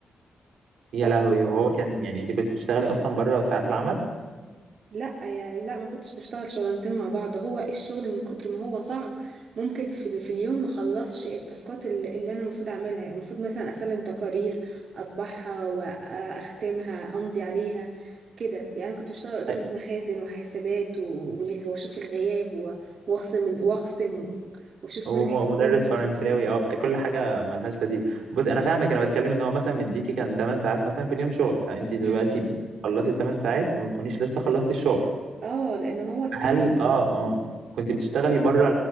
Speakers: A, on the right; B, on the right.
A: صعب
B: يا لهوي
A: جدا
B: وهو كان يعني انت كنت بتشتغلي اصلا بره ساعات العمل
A: لا يعني لا ما كنتش بشتغل شغلانتين مع بعض هو الشغل من كتر ما هو صعب ممكن في, ال- في اليوم ما اخلصش التاسكات اللي, اللي انا المفروض اعملها يعني المفروض مثلا اسلم تقارير اطبعها واختمها امضي عليها كده يعني أنا كنت بشتغل اداره
B: أي-
A: مخازن وحسابات و- واللي- واشوف الغياب و- واخصم ال- واخصم و- واشوف
B: هو
A: مين هيتخصم
B: م- مدرس
A: له
B: فرنساوي اه كل حاجة ملهاش بديل بص انا فاهمك انا بتكلم ان هو مثلا مديكي كان 8 ساعات مثلا في اليوم شغل فانت دلوقتي
A: مم.
B: خلصتي 8 ساعات وما تكونيش لسه خلصتي الشغل
A: اه لان هو تقيل
B: هل اه
A: قوي
B: اه كنت بتشتغلي بره